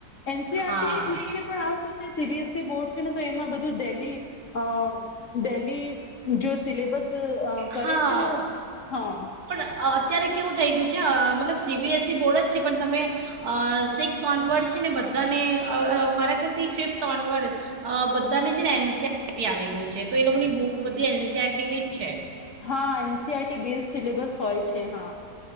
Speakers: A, on the left; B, on the right.
A: એનસીઆરટી
B: હા
A: ની બુક છે. પણ આ <unintelligible> જે સીબીએસઇ બોર્ડ છે ને તો એમાં બધું ડેલી અ, ડેલી જો સિલેબસ. અ કરે
B: હા
A: છે ને હા
B: પણ અત્યારે કેવું થઈ ગયું છે, મતલબ સીબીએસઇ બોર્ડ જ છે પણ તમે. અ સિક્સ ઓનવર્ડ છે, ને બધાને મારા ખ્યાલથી ફિફ્થ ઓનવર્ડ. અ બધાની છે ને એનસીઆરટી આવી ગયું છે તો એ લોકોની બધી એનસીઆરટી ની જ છે.
A: હા એનસીઆરટી બેઝ સિલેબસ હોય છે હા.